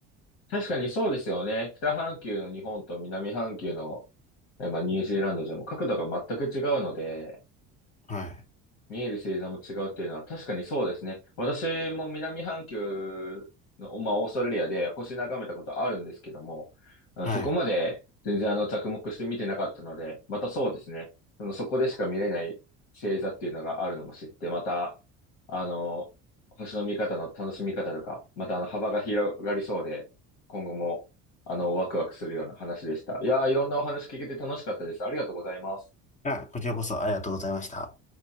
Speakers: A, on the left; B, on the left.
A: 確かにそうですよね。北半球の日本と南半球の、えまあ、ニュージーランドじゃもう角度が全く違うので、
B: はい。
A: 見える星座も違うっていうのは確かにそうですね。私も南半球の、まあ、オーストラリアで星眺めたことあるんですけども、あのそこまで全然あの着目して見てなかったので、
B: はい。
A: またそうですね。そのそこでしか見れない星座っていうのがあるのも知って、また、あの、星の見方の楽しみ方とか、またあの幅が広がりそうで、今後もあのワクワクするような話でした。いやー、いろんなお話聞けて楽しかったです。ありがとうございます。
B: あ、こちらこそありがとうございました。